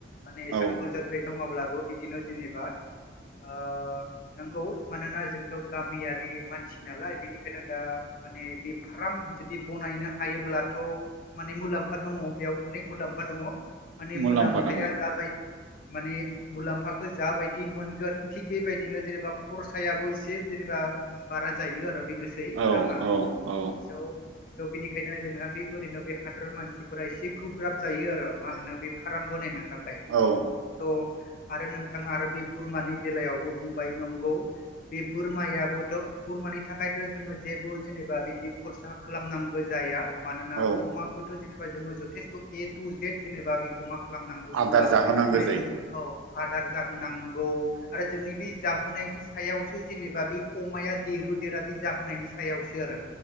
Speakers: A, on the left (about 45°); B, on the right (about 90°).
A: माने एसां
B: औ
A: बुरजाद्राय नङाब्लाबो बिदिनो दिनिबा ओ नंगौ मानोना जोंथ गामियारि मानसि नालाय बेनिखायनो दा माने बे फाराम जुदि बनायनो हायोब्लाथ माने मुलाम्फा दङ बेयाव अनेक मुलाम्फ फा दङ माने
B: मुलाम्फा
A: मुलाम्फाया
B: दङ औ
A: जाबाय मानि मुलाम फाखो जाबायदि मोनगोन थिग बेबायदिनो जेनेबा खरसायाबो एसे जेनेबा बारा जायो आरो बेनोसै खोराङा
B: औ औ
A: स स बिनिखायनो जोंहा बे ओरैनो बे खादरन मानसिफोरा एसे गोब्राब जायो आरो मा होनो बे फाराम बनायनो। थाखाय
B: औ
A: थ आरो नोंथाङा आरो बे बुरमानि बेलायावबो बुंबाय नंगौ बे बोरमायाबोथ बु मानि थाखायथ जोङो जेबो जेनेबा बिदि खरसा खालामनांगो जाया मानोना
B: औ
A: अमाखौथ जेनेबा जोङो जथेस्थ ए टु जेद जेनेबा बेखौ मा खालामनांगौ
B: आदार
A: जोङो
B: जाहोनांगौ
A: माने
B: जायो
A: जों अ आदार जाहोनांगौ आरो जोंनि बे जाहुनायनि सायावसो जेनेबा बे अमाया देर गोन देरा बे जाहुनायनि सायावसो आरो।